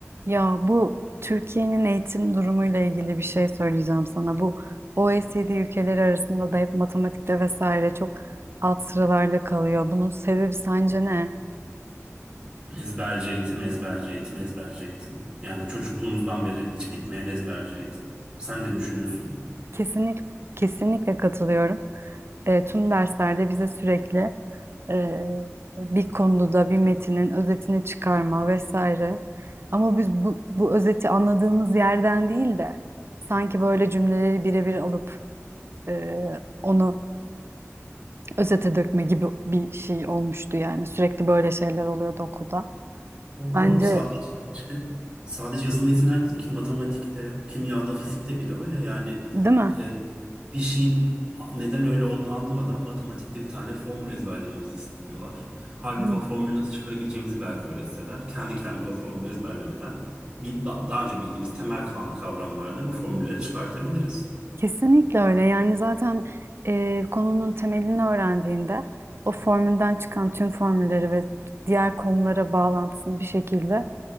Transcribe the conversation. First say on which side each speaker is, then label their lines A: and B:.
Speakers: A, on the right (about 55°); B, on the right (about 20°).
A: Ya bu Türkiye'nin eğitim durumuyla ilgili bir şey söyleyeceğim sana. Bu OECD ülkeleri arasında da hep matematikte vesaire çok alt sıralarda kalıyor. Bunun sebebi sence ne?
B: Ezberci eğitim, ezberci eğitim, ezberci eğitim. Yani çocukluğumuzdan beri hiç bitmeyen ezberci eğitim. Sen ne düşünüyorsun?
A: Kesinlikle kesinlikle katılıyorum. E, tüm derslerde bize sürekli e, bir konuda da bir metinin özetini çıkarma vesaire. Ama biz bu, bu özeti anladığımız yerden değil de sanki böyle cümleleri birebir alıp e, onu özete dökme gibi bir şey olmuştu yani. Sürekli böyle şeyler oluyordu okulda.
B: Doğru.
A: Bence
B: Sadece sadece yazılı metinler değil ki matematikte, kimyada, fizikte bile öyle. Yani
A: değil mi?
B: e, bir şeyin a- neden öyle olduğunu anlamadan matematikte bir tane formül ezberlememizi istiyorlar. Halbuki
A: Değil mi?
B: o formülü nasıl çıkarabileceğimizi belki öğretseler, kendi kendimize o formülü ezberlemeden bir, da- daha önce bildiğimiz temel ka- kavramlarla bu formülleri çıkartabiliriz.
A: Kesinlikle öyle. Yani zaten e, konunun temelini öğrendiğinde o formülden çıkan tüm formülleri ve diğer konulara bağlantısını bir şekilde